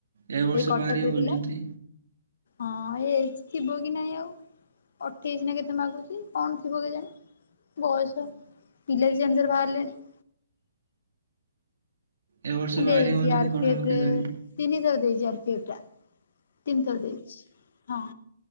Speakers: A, on the right; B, on the left.
A: ଏ ବର୍ଷ
B: ଏଇ କଟକରେ
A: ବାହାରିବେ ବୋଲୁଛନ୍ତି
B: ଥିଲା ହଁ ଏ ଥିବ କି ନାଇଁ ଆଉ ଅଠେଇଶି ନା କେତେ ମାଗୁଛି କଣ ଥିବ କେଜାଣି। ବୟସ ପିଲା ବି ସେମିତିର ବାହାରିଲେଣି।
A: ଏ ବର୍ଷ
B: ଦେଇଛି
A: ବାହାରିବେ ବୋଲୁଛନ୍ତି
B: ଆରପିଏଫେ
A: କଣ ହବ କେଜାଣି
B: ତିନି ଥର ଦେଇଛି ଆରପିଏଫ ଟା ତିନିଥର ଦେଇଛି ହଁ।